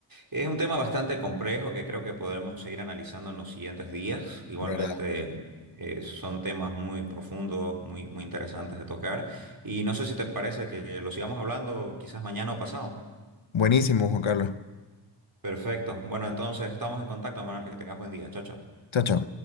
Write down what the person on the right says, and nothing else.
es un tema bastante complejo que creo que podremos seguir analizando en los siguientes días. Igualmente,
eh, son temas muy profundos, muy, muy interesantes de tocar. Y no sé si te parece que lo sigamos hablando quizás mañana o pasado.
Perfecto. Bueno, entonces estamos en contacto, Manuel. Que tengas buen día. Chao, chao.